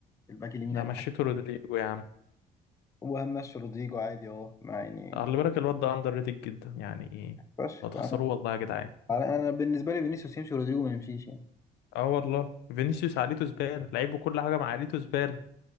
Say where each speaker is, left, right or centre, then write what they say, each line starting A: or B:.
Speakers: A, on the left; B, on the left.
A: الباك اليمين
B: ده
A: هيبقى
B: مشيتوا
A: حاجة
B: رودريجو يا عم
A: وهمشي رودريجو عادي اه ما يعني
B: خلي بالك الواد ده اندر ريتد جدا يعني
A: فشخ
B: لو تخسروه والله يا جدعان
A: انا انا بالنسبة لي فينيسيوس يمشي ورودريجو ما يمشيش يعني
B: اه والله فينيسيوس عقليته زبالة لعيبه كل حاجة مع عقليته زبالة